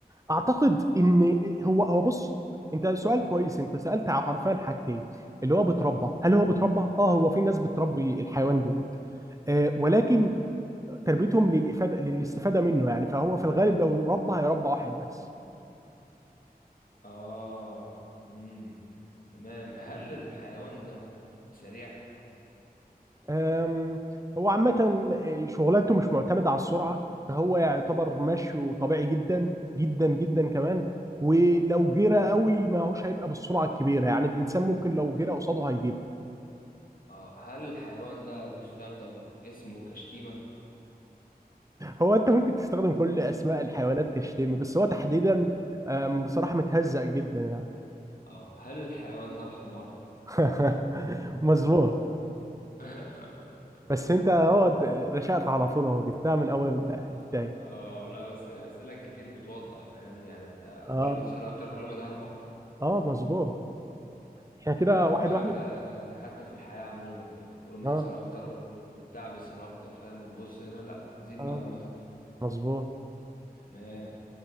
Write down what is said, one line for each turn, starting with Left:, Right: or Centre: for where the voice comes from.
Right: اعتقد ان هو هو بص انت سؤال كويس انت سالت على حرفيا حاجتين اللي هو بتربى هل هو بتربى اه هو في ناس بتربي الحيوان دوت آه ولكن تربيتهم للافاده للاستفاده منه يعني فهو في الغالب لو ربى هيربى واحد بس
Left: آه مم. تمام هل الحيوان ده سريع
Right: آم هو عامه آه، شغلانته مش معتمده على السرعه فهو يعتبر مشيه طبيعي جدا جدا جدا كمان ولو جرى قوي ما هوش هيبقى بالسرعه الكبيره يعني الانسان ممكن لو جرى قصاده هيجيبه
Left: آه هل الحيوان ده بيستخدم اسمه كشتيمة
Right: هو انت ممكن تستخدم كل اسماء الحيوانات كشتيمه بس هو تحديدا آم، بصراحه متهزأ جدا يعني
Left: اه هل الحيوان ده الحمار
Right: <laughs> مظبوط
Left: <laughs>
Right: بس انت هو رشقت على طول اهو جبتها من اول البدايه
Left: اه لا بس اسئله كتير بتوضح فاهمني يعني انت
Right: اه
Left: كل ما تسال اكتر كل ما تعرف اكتر
Right: اه مظبوط احنا كده
Left: حد- خد
Right: واحد
Left: بالك
Right: واحد
Left: ده ده حتى في الحياه عموما يعني كل ما
Right: اه
Left: تسال اكتر وت- وتدعبس هنا اكتر فاهم وتبص هنا لا تزيد
Right: اه
Left: معلومات اكتر
Right: مظبوط
Left: تمام